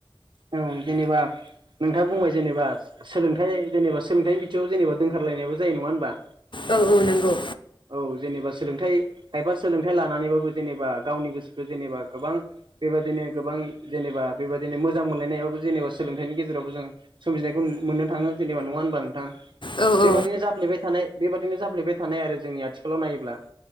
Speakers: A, on the right; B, on the left.
A: औ जेनेबा नोंथाङा बुंबाय जेनेबा सोलोंथाइ जेनेबा सोलोंथाइनि बिथिआव जेनेबा दोंखारलायनायाबो जायो नङा होनबा
B: औ औ नंगौ
A: औ जेनेबा सोलोंथाइ खायफा सोलोंथाइ लानानैबाबो जेनेबा गावनि गोसोखौ जेनेबा गोबां बेबायदिनो गोबां जेनेबा बेबायदिनो मोजां मोजां मोनलायनायाबो जेनेबा सोलोंथाइनि गेजेरावबो जों सोमजिनायखौ मोननो थाङो जेनेबा नङा होनबा नोंथां बेबादिनो
B: औ औ
A: जाफ्लेबाय थानाय बेबादिनो जाफ्लेबाय थानाय आरो जोंनि आथिखालाव नायोब्ला